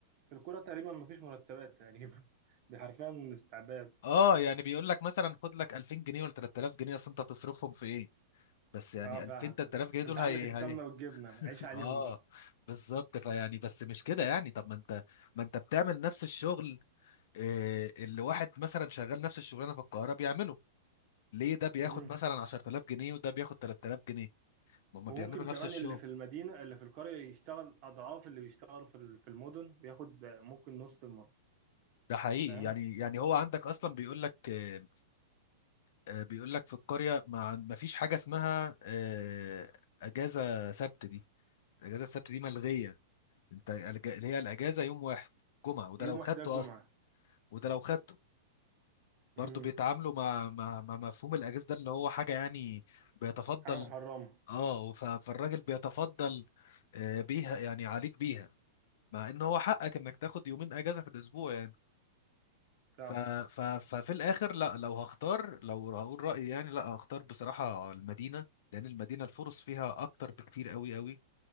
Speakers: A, on the right; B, on the left.
A: في الكوره تقريبا مفيش مرتبات تقريبا <laughs> حرفيا استعباد
B: اه يعني بيقول لك مثلا خد لك 2000 جنيه ولا 3000 جنيه اصل انت هتصرفهم في ايه بس يعني
A: اه فعلا
B: 2000 3000 جنيه دول
A: انت عندك
B: هي
A: السمنه
B: هي
A: والجبنه
B: <laughs>
A: عيش عليهم
B: اه
A: بقى
B: بالظبط فيعني بس مش كده يعني طب ما انت ما انت بتعمل نفس الشغل آه، اللي واحد مثلا شغال نفس الشغلانه في القاهره بيعمله ليه ده بياخد
A: امم
B: مثلا 10000 جنيه وده بياخد 3000 جنيه ما هم
A: وممكن
B: بيعملوا نفس
A: كمان
B: الشغل
A: اللي في المدينه اللي في القريه يشتغل اضعاف اللي بيشتغلوا في ال- في المدن وياخد ممكن نص المرتب
B: ده حقيقي
A: فاهم
B: يعني يعني هو عندك اصلا بيقول لك آه، آه، بيقول لك في القريه ما ما فيش حاجه اسمها آه، اجازه سبت دي اجازه السبت دي ملغيه انت الج- اللي هي الاجازه يوم واحد جمعه وده
A: يوم
B: لو خدته
A: واحد ده الجمعه
B: اصلا وده لو خدته
A: امم
B: برضه بيتعاملوا مع مع مع مفهوم الاجازه ده اللي هو حاجه يعني بيتفضل
A: حاجه محرمه
B: اه ف- فالراجل بيتفضل آه، بيها يعني عليك بيها مع ان هو حقك انك تاخد يومين اجازه في الاسبوع يعني
A: فعلا
B: ف ف ففي الاخر لا لو هختار لو هقول رايي يعني لا هختار بصراحه المدينه لان المدينه الفرص فيها اكتر بكتير قوي قوي